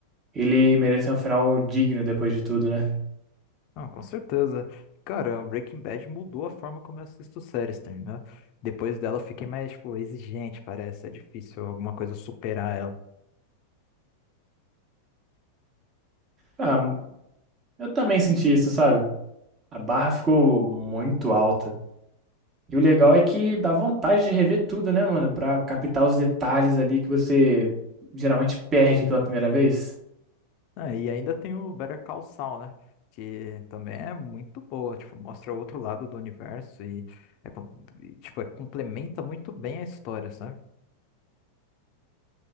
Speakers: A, on the right (about 25°); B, on the left (about 40°).
A: Ele mereceu um final digno depois de tudo, né?
B: Não, com certeza. Cara, o Breaking Bad mudou a forma como eu assisto séries, tá ligado? Depois dela eu fiquei mais, tipo, exigente, parece. É difícil alguma coisa superar ela.
A: Ah, eu também senti isso, sabe? A barra ficou muito alta. E o legal é que dá vontade de rever tudo, né, mano? Pra captar os detalhes ali que você geralmente perde pela primeira vez.
B: Ah, e ainda tem o Better Call Saul, né? Que também é muito boa, tipo, mostra outro lado do universo e, é com- e, tipo, é- complementa muito bem a história, sabe?